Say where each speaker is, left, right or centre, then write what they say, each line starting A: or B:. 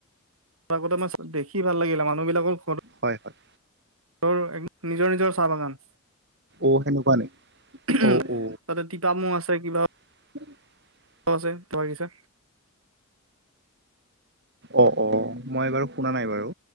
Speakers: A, on the right; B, on the right.
A: আগতে মই দেখি ভাল লাগিল মানুহবিলাকৰ ঘ
B: হয় হয়।
A: তোৰ এক নিজৰ নিজৰ চাহ বাগান।
B: অ সেনেকুৱা নি?
A: উ
B: অ অ
A: তাতে তিপাম আছে কিবা
B: <inaudible>
A: ত আছে বাগিচা
B: অ অ মই বাৰু শুনা নাই বাৰু